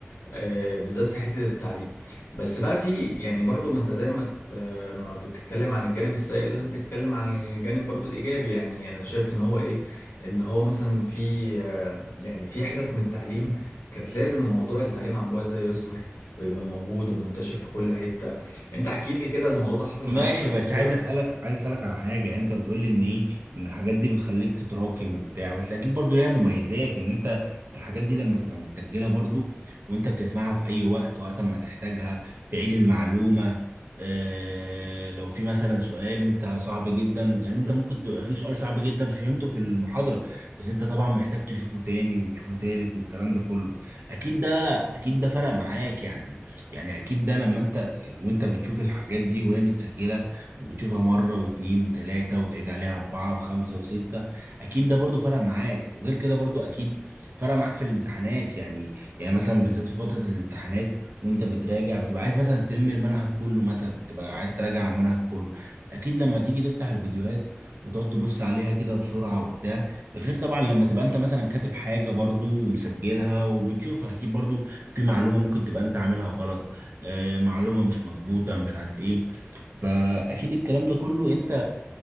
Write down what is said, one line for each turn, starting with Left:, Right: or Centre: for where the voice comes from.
Left: آه، بالذات في حته التعليم بس بقى في يعني برضو ما انت زي ما ت- ما بتتكلم عن الجانب السيء لازم تتكلم عن الجانب برضو الايجابي يعني يعني انا شايف ان هو ايه ان هو مثلا في آه، يعني في حتت من التعليم كانت لازم موضوع التعليم عن بعد ده يظهر ويبقى موجود ومنتشر في كل حته انت احكي لي كده الموضوع ده حصل
Right: ماشي
Left: معاك قبل
Right: بس
Left: كده
Right: عايز اسالك عايز اسالك على حاجه يعني انت بتقول لي ان ايه ان الحاجات دي بتخليك تتراكم وبتاع بس اكيد برضو ليها مميزات ان انت الحاجات دي لما تبقى متسجله برضو وانت بتسمعها في اي وقت وقت ما تحتاجها تعيد المعلومه اه لو في مثلا سؤال انت صعب جدا يعني انت ممكن تبقى في سؤال صعب جدا فهمته في المحاضره بس انت طبعا محتاج تشوفه تاني وتشوفه تالت والكلام ده كله اكيد ده اكيد ده فرق معاك يعني يعني اكيد ده لما انت يعني وانت بتشوف الحاجات دي وهي متسجله وبتشوفها مره واتنين وتلاته وتعيد عليها اربعه وخمسه وسته اكيد ده برضو فرق معاك وغير كده برضو اكيد فرق معاك في الامتحانات يعني يعني مثلا بالذات في فتره الامتحانات وانت بتراجع بتبقى عايز مثلا تلم المنهج كله مثلا تبقى عايز تراجع على المنهج كله اكيد لما تيجي تفتح الفيديوهات وتقعد تبص عليها كده بسرعه وبتاع غير طبعا لما تبقى انت مثلا كاتب حاجه برضو ومسجلها وبتشوفها اكيد برضو في معلومه ممكن تبقى انت عاملها غلط آه، معلومة مش مظبوطة مش عارف ايه فأكيد الكلام ده كله انت